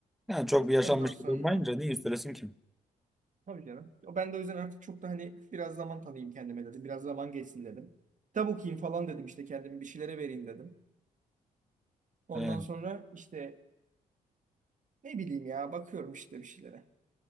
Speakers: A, in the centre; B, on the right (about 40°).
A: Yani çok bir yaşanmışlık
B: Ondan sonra
A: olmayınca niye üstelesin ki?
B: tabii canım. Ben de o yüzden artık çok da hani biraz zaman tanıyayım kendime dedim. Biraz zaman geçsin dedim. Kitap okuyayım falan dedim işte kendimi bir şeylere vereyim dedim. Ondan
A: He.
B: sonra işte ne bileyim ya bakıyorum işte bir şeylere.